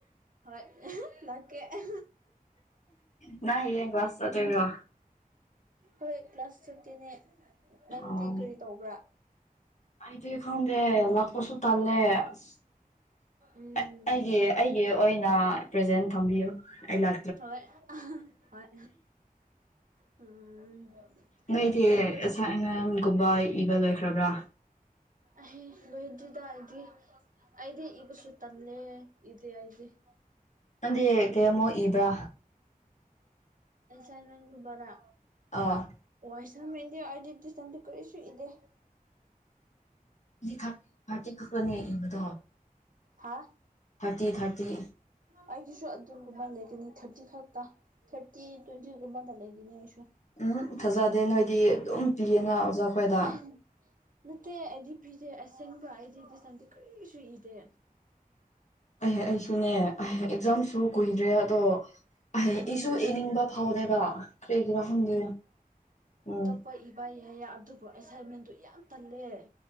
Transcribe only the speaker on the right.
ꯍꯣꯏ ꯂꯀꯦ ꯑ
ꯍꯣꯏ ꯀ꯭ꯂꯥꯁ ꯊꯔꯇꯤꯅꯦ ꯅꯪꯗꯤ
ꯀꯔꯤ ꯇꯧꯕ꯭ꯔꯥ
ꯎꯝ
ꯍꯣꯏ
ꯍꯣꯏ ꯍꯣꯏ ꯎꯝ
ꯑꯗꯨꯒ
ꯑꯍ ꯂꯣꯍꯤꯖꯤꯗꯔꯖꯤ ꯑꯗꯦ ꯏꯕꯁꯨ ꯇꯂꯦ ꯏꯗꯦ ꯑꯗꯦ <inaudible>
ꯑꯦꯟꯁꯥꯏꯟꯃꯦꯟꯒꯨꯝꯕꯔꯥ
ꯋꯥ ꯏꯁꯥꯢꯃꯦꯟꯒꯤ ꯑꯣꯢꯔꯗꯤ ꯀꯔꯤꯁꯨ ꯏꯗꯦ
ꯍꯥ
<inaudible> ꯑꯩꯒꯤꯁꯨ ꯑꯗꯨꯒꯨꯝꯕ ꯂꯩꯒꯅꯤ ꯊꯥꯔꯇꯤ ꯈꯛꯇ ꯊꯥꯔꯇꯤ ꯇ꯭ꯋꯦꯟꯇꯤꯒꯨꯝꯕꯗ ꯂꯩꯒꯅꯤ ꯑꯩꯁꯨ
ꯑꯍꯦ ꯅꯠꯇꯦ ꯑꯩꯗꯤ ꯄꯤꯗꯦ ꯑꯁꯦꯡꯕ ꯑꯩꯗꯤ <unintelligible> ꯀꯔꯤꯁꯨ ꯏꯗꯦ
ꯑꯗꯨꯅꯦ
ꯄꯥ ꯏꯕ ꯌꯥꯏꯌꯦ ꯑꯗꯨꯕꯨ ꯑꯦꯁꯥꯏꯟꯃꯦꯟꯗꯨ ꯌꯥꯝ ꯇꯜꯂꯦ